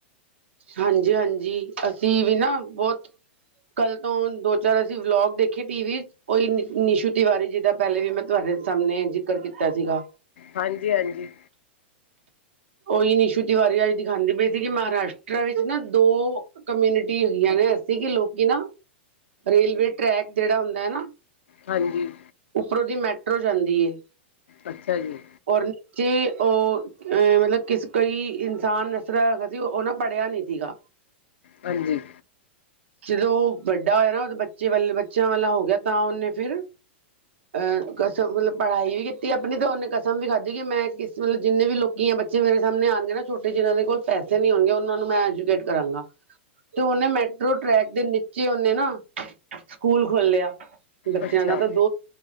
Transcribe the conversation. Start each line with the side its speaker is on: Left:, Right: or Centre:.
Right: ਹਾਂਜੀ, ਹਾਂਜੀ ਅਸੀਂ ਵੀ ਨਾ ਬੋਤ ਕੱਲ੍ਹ ਤੋਂ ਦੋ ਚਾਰ ਅਸੀਂ ਵਲੋਗ ਦੇਖੇ ਟੀ-ਵੀ 'ਚ ਉਈ ਨਿ ਨਿਸ਼ੂ ਤਿਵਾਰੀ ਜੀ ਦਾ ਪੈਲੇ ਵੀ ਮੈਂ ਤੁਹਾਡੇ ਸਾਮਣੇ ਜ਼ਿਕਰ ਕੀਤਾ ਸੀਗਾ
Left: ਹਾਂਜੀ, ਹਾਂਜੀ
Right: ਉਹੀ ਨਿਸ਼ੂ ਤਿਵਾਰੀ ਅੱਜ ਦਿਖਾਂਦੇ ਪਏ ਸੀਗੇ ਮਹਾਰਾਸ਼ਟਟਰ ਵਿੱਚ ਨਾ ਦੋ ਕਮਿਊਨਿਟੀ ਹੁੰਦੀਆਂ ਨੇ ਐਸੀੇ ਕਿ ਲੋਕੀ ਨਾ, ਰੇਲਵੇ ਟਰੈਕ ਜੇੜਾ ਹੁੰਦਾ ਏ ਨਾ
Left: ਹਾਂਜੀ
Right: ਉੱਪਰੋਂ ਦੀ ਮੈਟਰੋ ਜਾਂਦੀ ਏ
Left: ਅੱਛਾ ਜੀ
Right: ਔਰ ਨੀਚੇ ਉ ਅ ਮਤਲਬ ਕਿਸ ਕੋਈ ਇਨਸਾਨ ਐਸਰਾ ਹੈਗਾ ਸੀ ਓ ਉਹ ਨਾ ਪੜ੍ਹਿਆ ਨੀ ਸੀਗਾ
Left: ਹਾਂਜੀ
Right: ਜਦੋਂ ਉ ਵੱਡਾ ਹੋਇਆ ਨਾ ਉਦੇ ਬੱਚੇ ਵੱਲ ਬੱਚਿਆਂ ਵਾਲਾ ਹੋ ਗਿਆ ਤਾਂ ਉਨੇ ਫੇਰ ਅ ਕਸਮ ਮਤਲਬ ਪੜ੍ਹਾਈ ਵੀ ਕੀਤੀ ਆਪਣੀ ਤੇ ਉਨੇ ਕਸਮ ਵੀ ਖਾਧੀ ਕਿ ਮੈਂ ਕਿਸ ਮਤਲਬ ਜਿੰਨੇ ਵੀ ਲੋਕੀ ਆ ਬੱਚੇ ਮੇਰੇ ਸਾਮਣੇ ਆਣਗੇ ਨਾ ਛੋਟੇ ਜਿਨਾਂ ਦੇ ਕੋਲ ਪੈਸੇ ਨਹੀਂ ਹੋਣਗੇ ਉਹਨਾਂ ਨੂੰ ਮੈਂ ਐਜੂਕੇਟ ਕਰਾਂਗਾ ਤੇ ਉਨੇ ਮੈ ਟਰੋ ਟਰੈਕ ਦੇ ਨੀਚੇ ਉਨੇ ਨਾ, ਸਕੂਲ ਖੋਲਿਆ ਬੱਚਿਆਂ
Left: ਅੱਛਾ
Right: ਦਾ ਤਾਂ ਦੋ